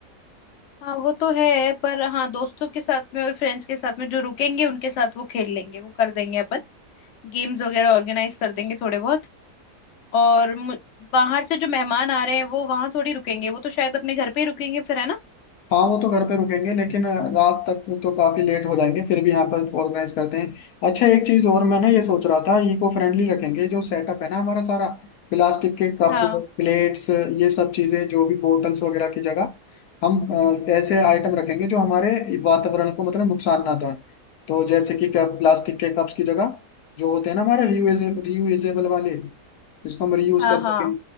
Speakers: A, on the left; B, on the left.
A: हाँ वो तो है पर हाँ दोस्तों के साथ में और फ्रेंड्स के साथ में जो रुकेंगे उनके साथ वो खेल लेंगे वो कर देंगे अपन गेम्स वगैरह ऑर्गेनाइज कर देंगे थोड़े बहुत और मु- बाहर से जो मेहमान आ रहे हैं वो वहां थोड़ी रुकेंगे वो तो शायद अपने घर पे ही रुकेंगे फिर है ना
B: हाँ वो तो घर पे रुकेंगे लेकिन रात तक तो काफी लेट हो जाएंगे फिर भी यहाँ पर ऑर्गेनाइज करते हैं अच्छा एक चीज और मैं ना ये सोच रहा था इको फ्रेंडली रखेंगे जो सेटअप है ना हमारा सारा प्लास्टिक के कप
A: हाँ
B: प्लेट्स ये सब चीजें जो भी बोटल्स वगैरह की जगह हम अ, ऐसे आइटम रखेंगे जो हमारे वातावरण को मतलब नुकसान ना था तो जैसे कि कप प्लास्टिक के कप्स की जगह जो होते हैं ना हमारे रियूज रियूजेबल वाले जिसको हम रीयूज
A: हाँ
B: कर सकें
A: हाँ